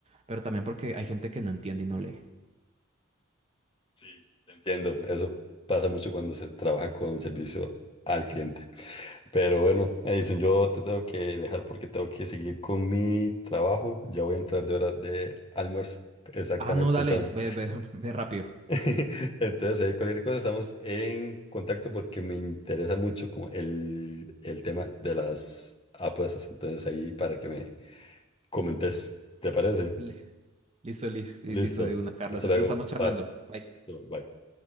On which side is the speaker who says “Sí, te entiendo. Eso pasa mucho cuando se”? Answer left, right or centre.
Left